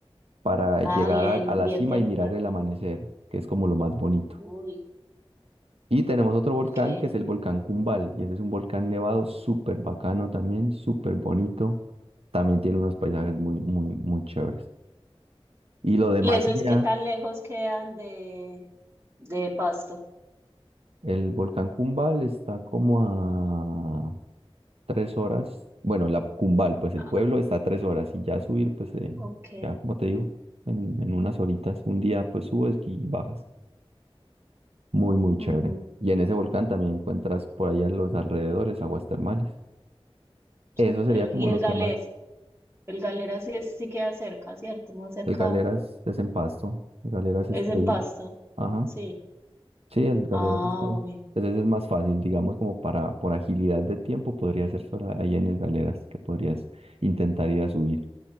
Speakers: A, on the right (about 75°); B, on the right (about 25°).
A: para
B: Ah,
A: llegar
B: bien,
A: al- a, la
B: bien
A: cima
B: temprano.
A: y mirar el amanecer, que es como lo más bonito.
B: Uy,
A: Y tenemos otro volcán
B: ok.
A: que es el volcán Cumbal, y ese es un volcán nevado súper bacano también, súper bonito. También tiene unos paisajes muy, muy, muy chéveres. Y lo demás
B: ¿Y esos
A: sería
B: qué tan lejos quedan de, de Pasto?
A: El volcán Cumbal está como a tres horas. Bueno, la Cumbal, pues el
B: Ah,
A: pueblo está a tres horas y ya subir, pues eh,
B: ok,
A: ya como te digo, en, en unas horitas, un día pues subes y bajas. Muy, muy
B: ujú,
A: chévere. Y en ese volcán también encuentras por allá en los alrededores aguas termales.
B: súper.
A: Eso sería como
B: ¿Y el
A: lo
B: Galera?
A: que más.
B: El Galera sí, es- sí queda cerca, ¿cierto? Más cerca.
A: El Galeras es en Pasto. El Galeras
B: Es
A: está
B: en
A: ahí.
B: Pasto.
A: Ajá.
B: Sí.
A: Sí, el Galeras
B: Ah,
A: está ahí.
B: bueno.
A: Entonces es más fácil, digamos, como para, por agilidad de tiempo, podría ser solo ahí en el Galeras, que podrías intentar ir a subir.